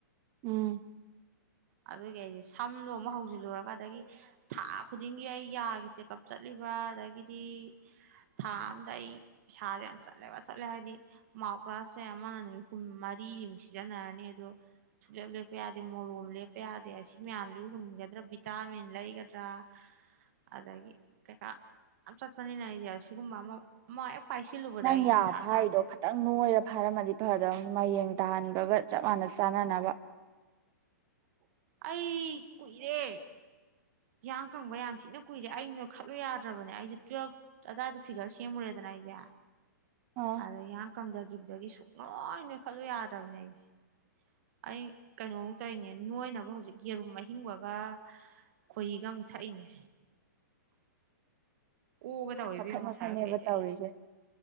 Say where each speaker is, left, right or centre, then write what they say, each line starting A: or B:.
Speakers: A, on the right; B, on the right.
A: ꯎꯝ
B: ꯑꯗꯨꯒꯤ ꯑꯩꯁꯦ ꯁꯝꯗꯣ ꯑꯃꯨꯛ ꯍꯧꯖꯤꯜꯂꯨꯔꯒ ꯑꯗꯒꯤ ꯊꯥ ꯈꯨꯗꯤꯡꯒꯤ ꯑꯩ ꯌꯥꯒꯤ ꯆꯦꯛꯀꯞ ꯆꯠꯂꯤꯕ ꯑꯗꯒꯤꯗꯤ ꯊꯥ ꯑꯝꯗ ꯑꯩ ꯄꯩꯁꯥꯁꯦ ꯌꯥꯝ ꯆꯠꯂꯦꯕ ꯆꯠꯂꯦ ꯍꯥꯏꯕꯗꯤ ꯃꯥꯎ ꯀ꯭ꯂꯥꯁꯁꯦ <unintelligible> ꯐꯨꯝ ꯃꯔꯤꯅꯤꯃꯨꯛ ꯁꯤꯖꯤꯟꯅꯔꯅꯤ ꯑꯗꯣ ꯁꯨꯛꯂꯦꯞ ꯂꯦꯞꯄ ꯌꯥꯗꯦ ꯃꯣꯔꯣꯝ ꯂꯦꯞꯄ ꯄ ꯌꯥꯗꯦ ꯑꯁꯤ ꯃꯌꯥꯝꯁꯨ ꯍꯨꯟꯒꯗ꯭ꯔꯥ ꯚꯤꯇꯥꯃꯤꯟ ꯂꯩꯒꯗ꯭ꯔꯥ ꯑꯗꯒꯤ ꯀꯩꯀꯥ ꯌꯥꯝ ꯆꯠꯄꯅꯤꯅ ꯑꯩꯁꯦ ꯑꯁꯤꯒꯨꯝꯕ ꯑꯃ ꯑꯃ ꯄꯥꯏꯁꯤꯜꯂꯨꯕꯗ
A: ꯅꯪ
B: ꯑꯩ
A: ꯌꯥ
B: ꯃꯊꯥ
A: ꯐꯥꯔꯤꯗꯣ
B: ꯁꯥꯗꯣꯏꯕ
A: ꯈꯤꯇꯪ ꯅꯣꯏꯔ ꯐꯥꯔꯝꯃꯗꯤ ꯐꯗꯧꯅꯤ ꯃꯥ ꯌꯦꯡ ꯇꯥꯍꯟꯕꯒ ꯆꯞ ꯃꯥꯟꯅ ꯆꯥꯅꯅꯕ
B: ꯑꯩ ꯀꯨꯏꯔꯦ ꯌꯌꯥꯡ ꯀꯪꯕ ꯌꯥꯃꯊꯤꯅ ꯀꯨꯏꯔꯦ ꯑꯩꯅ ꯈꯜꯂꯨ ꯌꯥꯗ꯭ꯔꯕꯅꯦ ꯑꯩꯁꯦ ꯇꯨꯋꯦꯜꯞ ꯑꯗꯨꯗꯥꯋꯥꯏꯗ ꯐꯤꯒꯔ ꯁꯦꯝꯃꯨꯔꯦꯗꯅ ꯑꯩꯁꯦ
A: ꯑ
B: ꯑꯗ ꯌꯥ ꯀꯝꯊꯈꯤꯕꯗꯒꯤ ꯁꯨꯡꯛꯂ ꯂꯣꯏ ꯑꯣꯏꯅ ꯈꯜꯂꯨ ꯌꯥꯗ꯭ꯔꯕꯅꯦ ꯑꯩꯁꯦ ꯑꯩ ꯀꯩꯅꯣꯃꯨꯛ ꯇꯧꯔꯤꯅꯦ ꯅꯣꯏꯅꯕ ꯍꯧꯖꯤꯛ ꯌꯦꯔꯨꯝ ꯑꯍꯤꯡꯕꯒ ꯈꯣꯏꯍꯤꯒ ꯑꯃꯨꯛ ꯊꯛꯏꯅꯦ ꯎꯒ ꯇꯕꯤ
A: ꯃꯈꯟ
B: ꯃꯁꯥꯏ
A: ꯃꯈꯟꯅꯦꯕ
B: ꯀꯩ ꯊ
A: ꯇꯧꯔꯤꯁꯦ